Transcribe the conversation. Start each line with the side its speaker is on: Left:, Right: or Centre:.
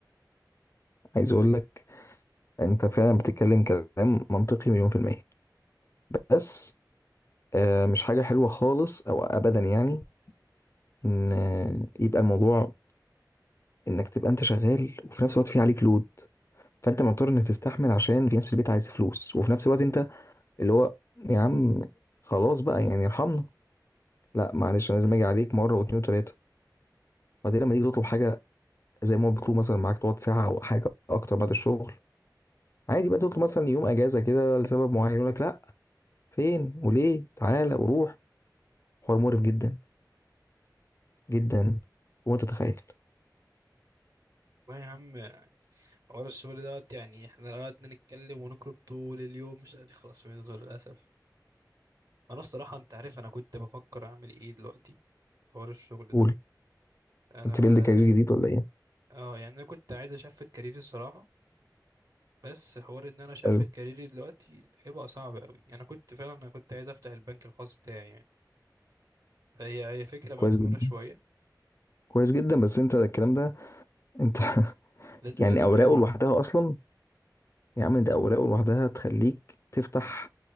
Left: <laughs> عايز اقول لك انت فعلا بتتكلم كلام منطقي مليون في الميه بس آه، مش حاجه حلوه خالص او ابدا يعني ان آه، يبقى الموضوع انك تبقى انت شغال وفي نفس الوقت في عليك لود فانت مضطر انك تستحمل عشان في ناس في البيت عايزه فلوس وفي نفس الوقت انت اللي هو يا عم خلاص بقى يعني ارحمنا لا معلش انا لازم اجي عليك مره واتنين وتلاته وبعدين لما تيجي تطلب حاجه زي ما هو بيطلب مثلا معاك تقعد ساعه او حاجه اكتر بعد الشغل عادي بقى تطلب مثلا يوم اجازه كده لسبب معين يقول لك لا فين وليه تعالى وروح حوار مقرف جدا جدا وانت تتخيل
Right: والله يا عم حوار الشغل دوت يعني احنا لو قعدنا نتكلم ونكرب طول اليوم مش هنخلص منه للأسف أنا الصراحة أنت عارف أنا كنت بفكر أعمل إيه دلوقتي حوار الشغل
Left: قول
Right: ده انا
Left: انت بيلد كارير جديد ولا ايه؟
Right: اه يعني انا كنت عايز اشفت كاريري الصراحه بس حوار ان انا اشفت
Left: ايوه
Right: كاريري دلوقتي هيبقى صعب قوي انا كنت فعلا انا كنت عايز افتح البنك الخاص بتاعي يعني فهي هي فكره مجنونه
Left: كويس جدا
Right: شويه
Left: كويس جدا بس انت الكلام ده انت <laughs>
Right: لازم
Left: يعني
Right: لازم
Left: اوراقه
Right: خبره
Left: لوحدها اصلا يا عم ده أوراق لوحدها تخليك تفتح